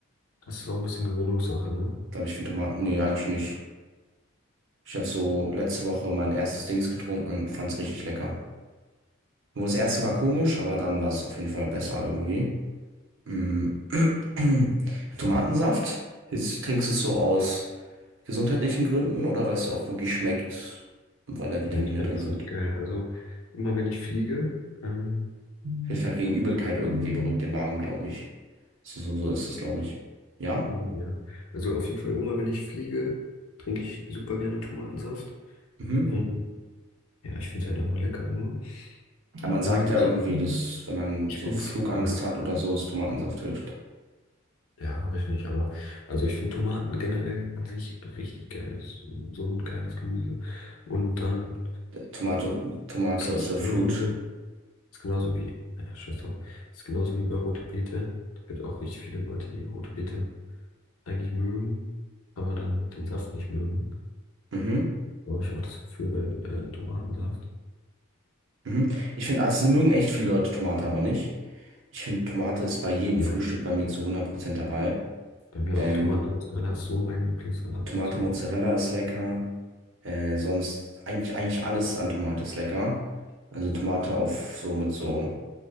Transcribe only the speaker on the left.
das ist auch ein bisschen Gewöhnungssache, ne?
Nee, ich finde
das
echt geil. Also immer wenn ich fliege, ähm,
mm, ja, also auf jeden Fall immer wenn ich fliege, trinke ich super gerne Tomatensaft.
Ähm, ja, ich finde es halt einfach lecker so.
Und
ich
finde
es so,
ja, habe ich nicht, aber also ich finde Tomaten generell an sich richtig geil. So so ein geiles Gemüse. Und dann,
es ist
genauso. Ist genauso wie, äh, scheiß drauf, ist genauso wie bei Rote Beete. Es gibt auch richtig viele Leute, die Rote Beete eigentlich mögen, aber dann den Saft nicht mögen.
Da habe ich auch das Gefühl bei äh, Tomatensaft.
Ja,
ich-
bei mir
auch Tomatenmozzarella ist so mein Lieblingssalat
bezogen.